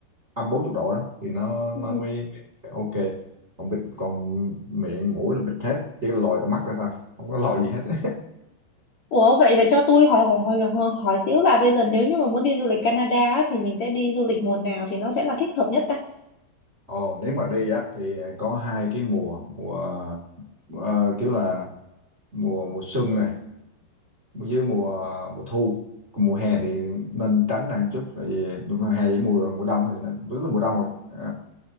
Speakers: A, on the right (about 15°); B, on the left (about 45°).
A: âm 40 độ đó thì nó nó
B: Ừ.
A: mới mới ok còn bịt còn miệng mũi là bịt hết chỉ có lòi là mắt ra thôi không có lòi gì hết <laughs>
B: Ủa vậy vậy cho tôi hỏi hỏi hỏi hỏi hỏi xíu là bây giờ nếu như mà muốn đi du lịch Canada á, thì mình sẽ đi du lịch mùa nào thì nó sẽ là thích hợp nhất ta
A: Ồ, nếu mà đi á thì có hai cái mùa mùa ờ, kiểu là mùa mùa xuân nè với mùa mùa thu còn mùa hè thì nên tránh ra một chút tại vì mùa hè với mùa mùa đông thì nên rất là mùa đông rồi à,